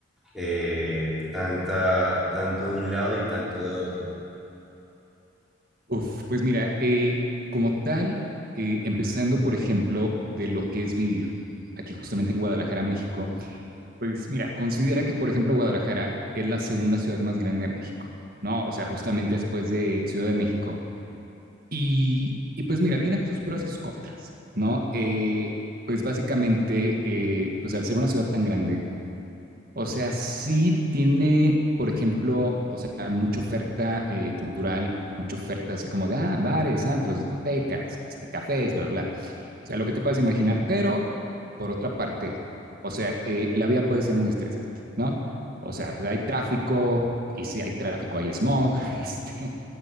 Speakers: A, in the centre; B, on the right.
A: eh, tanta, tanto de un lado y tanto de otro.
B: Uf, pues mira, eh, como tal, eh, empezando por ejemplo de lo que es vivir aquí justamente en Guadalajara, México, pues mira, considera que por ejemplo Guadalajara es la segunda ciudad más grande de México, ¿no? O sea, justamente después de Ciudad de México. Y, y pues mira, tiene sus pros y sus contras, ¿no? Eh, pues básicamente, eh, pues al ser una ciudad tan grande, O sea, sí tiene, por ejemplo, o sea, mucha oferta eh, cultural, mucha oferta así como de ah, bares, antros, discotecas, este, cafés, bla, bla. bla. O sea, lo que te puedes imaginar, pero por otra parte, o sea, eh, la vida puede ser muy estresante, ¿no? O sea, pues hay tráfico, y si hay tráfico hay smog, <laughs> este,